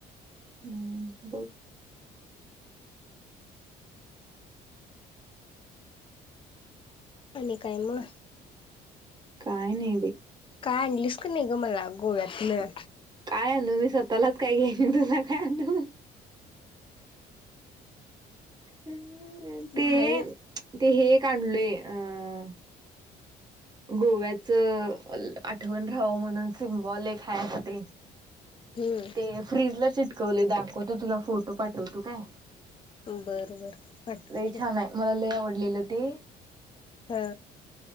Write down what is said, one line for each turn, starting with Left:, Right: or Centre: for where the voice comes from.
Right: हम्म बघ.
Left: आणि काय म?
Right: काय नाही बाई.
Left: काय आणलीस की नाही ग मला गोव्यातन?
Right: काय आणू मी स्वतःलाच काय घेन तुला काय आणू? अ ते
Left: नाही
Right: ते हे काढलय अं- गोव्याच आठवण राहावं म्हणून सिम्बॉल एक हाय आता ते.
Left: हम्म
Right: ते फ्रीजला चिटकवले दाखवतो तुला फोटो पाठवतो काय?
Left: बरं बरं पाठव
Right: लय
Left: की
Right: छान आहे मला लय आवडलेलं ते.
Left: हा.